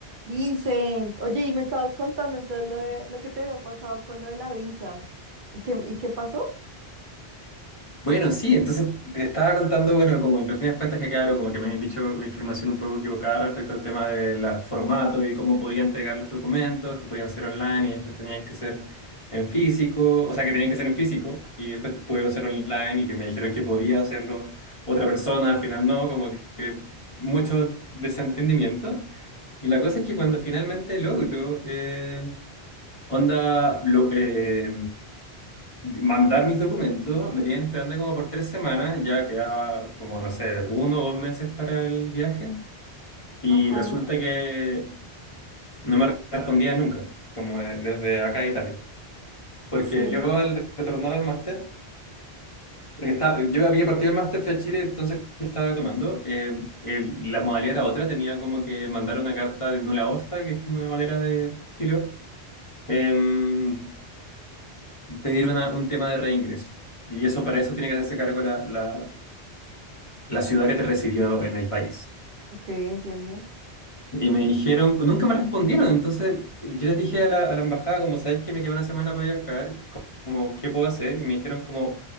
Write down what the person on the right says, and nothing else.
Vincent, oye, y me estabas contando entonces lo de lo que te había pasado con lo de la visa. ¿Y qué, y qué pasó?
Ajá,
sí,
ok, entiendo.